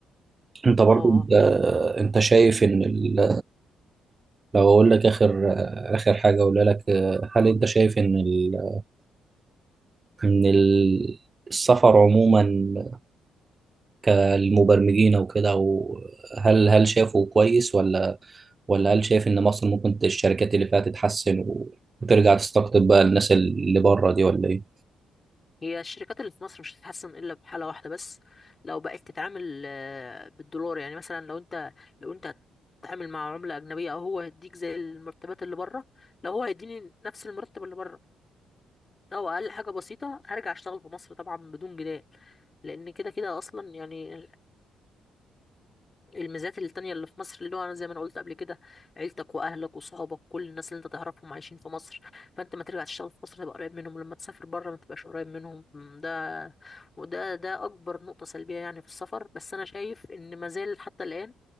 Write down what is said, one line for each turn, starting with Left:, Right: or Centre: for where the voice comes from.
Right: انت برضو
Left: اه آه.
Right: انت, انت شايف ان ال... لو اقول لك اخر اخر حاجه اقولها لك هل انت شايف ان ال... ان ال... السفر عموما كالمبرمجين او كده وهل هل هل شافوا كويس ولا ولا هل شايف ان مصر ممكن الشركات اللي فيها تتحسن و- وترجع تستقطب بقى الناس اللي بره دي ولا ايه
Left: هي الشركات اللي في مصر مش هتتحسن الا بحاله واحده بس لو بقت تتعامل آه، بالدولار يعني مثلا لو انت لو انت هتتعامل مع عمله اجنبيه او هو هيديك زي المرتبات اللي بره لو هو هيديني نفس المرتب اللي بره او اقل حاجه بسيطه هرجع اشتغل في مصر طبعا بدون جدال لان كده كده اصلا يعني الميزات التانية اللي في مصر اللي هو أنا زي ما أنا قلت قبل كده عيلتك وأهلك وصحابك كل الناس اللي أنت تعرفهم عايشين في مصر فأنت ما ترجع تشتغل في مصر تبقى قريب منهم لما تسافر بره ما تبقاش قريب منهم م، ده وده ده أكبر نقطة سلبية يعني في السفر بس أنا شايف إن ما زال حتى الآن